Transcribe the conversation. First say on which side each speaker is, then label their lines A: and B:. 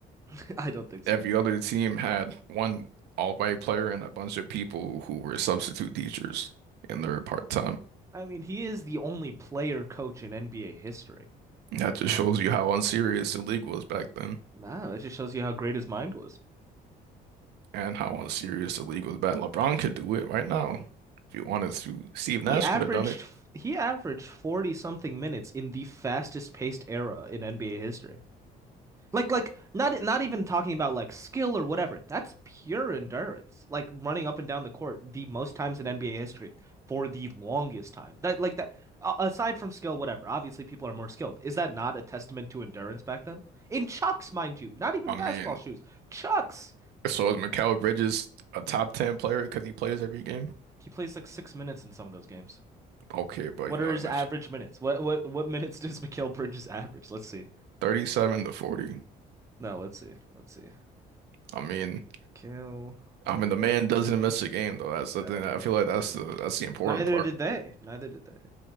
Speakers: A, on the right; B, on the right.
A: <laughs> I don't think so.
B: Every other team had one all-white player and a bunch of people who were substitute teachers in their part-time.
A: I mean, he is the only player coach in NBA history.
B: That just shows you how unserious the league was back then
A: Nah, that just shows you how great his mind was.
B: and how unserious the league was back. LeBron could do it right now if he wanted to. Steve
A: He
B: Nash
A: averaged
B: could have done it.
A: he averaged 40 something minutes in the fastest paced era in NBA history. Like like not not even talking about like skill or whatever. That's pure endurance. Like running up and down the court the most times in NBA history for the longest time. That like that a- aside from skill whatever. Obviously people are more skilled. Is that not a testament to endurance back then? In Chucks, mind you. Not even
B: I
A: basketball
B: mean,
A: shoes. Chucks.
B: So is Mikal Bridges a top 10 player because he plays every game?
A: He plays like 6 minutes in some of those games.
B: Okay, but
A: What
B: you
A: are
B: know,
A: his
B: it was
A: average minutes? What what what minutes does Mikal Bridges average? Let's see.
B: 37 to 40.
A: No, let's see. Let's see.
B: I mean,
A: Mikal
B: I mean
A: Bridges
B: the man doesn't miss a game though. That's the
A: average.
B: thing that I feel like that's the that's the important
A: Neither
B: part.
A: did they. Neither did they.